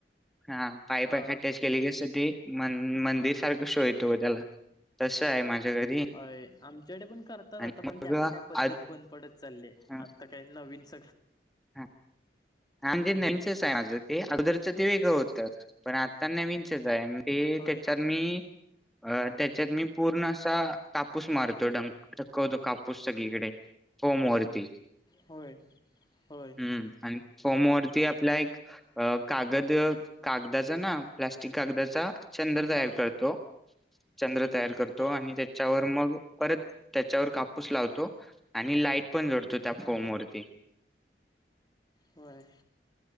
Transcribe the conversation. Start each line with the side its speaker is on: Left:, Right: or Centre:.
Centre: हा पाईप
Left: ह
Centre: अटॅच केलेली असते ते म मंदिर सारखं शोयतो त्याला तस आहे माझ्या घरी
Left: होय आमच्याकडे पण करतात
Centre: आणि
Left: आता
Centre: मग
Left: पण ते आता
Centre: आज
Left: काय पद्धत बंद पडत चालली
Centre: हा
Left: आता काही न स
Centre: हा. हा म्हणजे नेंचच आहे माझं ते अगोदरचं ते वेळं होतं पण आता नविनचच आहे ते
Left: होय
Centre: त्याच्यात मी अ त्याच्यात मी पूर्ण असा कापूस मारतो डकामधुन पुससगळीकडे फमवरती
Left: होय होय
Centre: हम्म आणि फॉर्म वरती आपला एक कागद कागदाचा ना प्लास्टिक कागदाचा चंद्र तयार
Left: हो
Centre: करतो चंद्र तयार करतो
Left: हो
Centre: आणि त्याच्यावर मग परत त्याच्यावर कापूस लावतो आणि लाईट पण जडतो त्या
Left: हो
Centre: फोम वरती
Left: होय